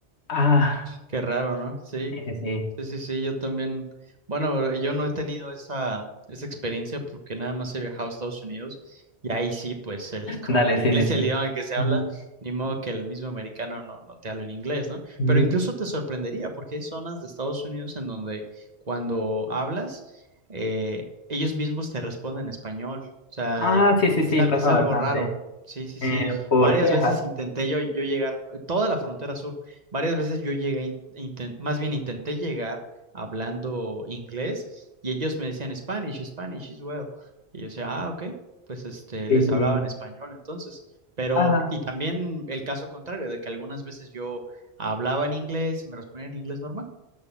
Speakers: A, on the left; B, on the right.
A: ah,
B: Qué raro, ¿no? Sí,
A: sí, sí, sí.
B: sí, sí, sí, yo también. Bueno, yo no he tenido esa, esa experiencia porque nada más he viajado a Estados Unidos y ahí sí, pues el, <laughs>
A: Dale,
B: como el
A: sí,
B: inglés
A: sí, sí.
B: es el idioma que se
A: Ujú,
B: habla, ni modo que el mismo americano no, no te habla en inglés, ¿no?
A: ujú.
B: Pero incluso te sorprendería porque hay zonas de Estados Unidos en donde cuando hablas, eh, ellos mismos te responden en español. O sea,
A: Ah, sí, sí, sí,
B: es, al-
A: pasa
B: es
A: bastante.
B: algo raro. Sí, sí,
A: Eh,
B: sí.
A: por
B: Varias
A: Texas.
B: veces intenté yo, yo llegar, toda la frontera sur. Varias veces yo llegué, a in- inten- más bien intenté llegar hablando inglés y ellos me decían Spanish, Spanish as well. Y yo decía, ah, ok, pues este,
A: Sí,
B: les
A: sí.
B: hablaba en español entonces. Pero,
A: Ajá.
B: y también el caso contrario, de que algunas veces yo hablaba en inglés y me respondían en inglés normal.